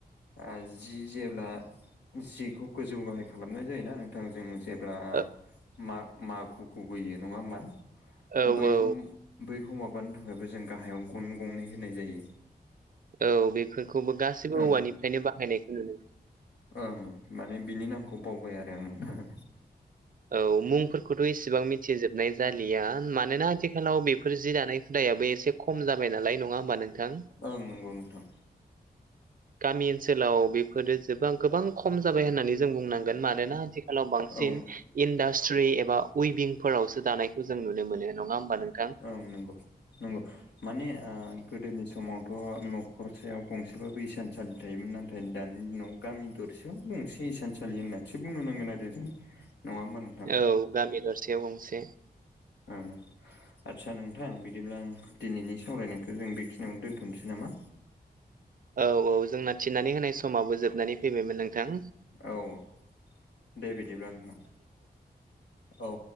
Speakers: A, on the left; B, on the right.
A: ओ जि जेब्ला जिखौ गोजौ गाहाय खालामनाय जायोना नोंथां जों जे ब्ला
B: औ
A: मा माखुखौ बोयो नङा होमबा
B: औ
A: बैखौ बैखौ माबानो थाखायबो जों गाहायाव गन गंनै होनाय जायो
B: औ बेफोरखौबो गासैबो
A: ओं
B: औवानिफ्रायनो बाहायनायखौ नुनो
A: ओं माने बिनि नामखौ बावबाय आरो आं नोंथां
B: औ मुंफोरखौथ' इसेबां मिथिजोबनाय जालिया मानोना आथिखालाव बेफोर जि दानाय हुदायाबो एसे खम जाबाय नालाय नङा होमबा नोंथां
A: ओं नंगौ नोंथां
B: गामि ओनसोलाव बेफोरो जोबां गोबां खम जाबाय होननानै जों बुंनां मानोना आथिखालाव बांसिन
A: औ
B: इनदाट्रि एबा उइभिंफोरावसो दानायखौ जों नुनो मोनो नङा होमबा नों
A: ओं नंगौ नंगौ माने ओ गोदोनि समावथ' न'खरसेायाव गंसेबाबो इसानसालि थायोमोन नाथाय दानि दिनाव गामि दरसे गंसे सानसालि मोनसोबो नुनो मोना दे जों नङा होमबा नों
B: औ गामि दरसेयाव गंसे
A: ओं आदसा नोंथां बिदिब्ला दिनैनि सावरायनायखौ जों बेखिनियावनो दोनथ'नोसै नामा
B: औ औ जोंना थिननानै होनाय समाबो जोबनानै फैबायमोन नोंथां
A: औ औ दे बिदिब्ला नोंथां औ